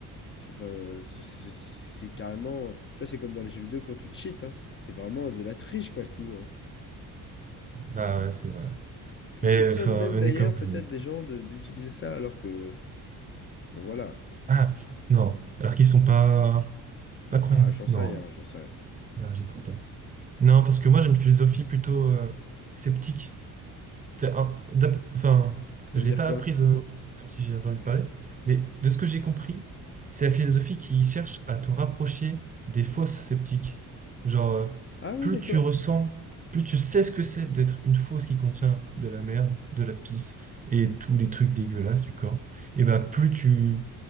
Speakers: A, on the left; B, on the right.
A: c'est enfin, c'est- c'est- c'est carrément. Tu vois, c'est comme dans les jeux vidéo quand tu cheats. hein. C'est vraiment de la triche, quoi, à ce niveau. hein.
B: Bah ouais, c'est vrai.
A: Je
B: Mais
A: soupçonne
B: enfin,
A: même
B: venez
A: d'ailleurs,
B: comme vous
A: peut-être,
B: êtes.
A: des gens de- d'utiliser ça alors que. Bon, voilà.
B: Ah, non. Alors qu'ils sont pas, pas croyants.
A: Ah, j'en sais
B: Non,
A: rien, j'en sais rien.
B: non, j'y crois pas. Non, parce que moi, j'ai une philosophie plutôt euh, sceptique. C'était un- d'ab- Enfin,
A: Ça
B: je
A: veut
B: l'ai
A: dire
B: pas
A: quoi?
B: apprise, euh, même si j'ai entendu parler. Mais de ce que j'ai compris, c'est la philosophie qui cherche à te rapprocher des fausses sceptiques. Genre, euh,
A: Ah oui,
B: plus
A: d'accord.
B: tu ressens, plus tu sais ce que c'est d'être une fausse qui contient de la merde, de la pisse et tous les trucs dégueulasses du corps et bah plus tu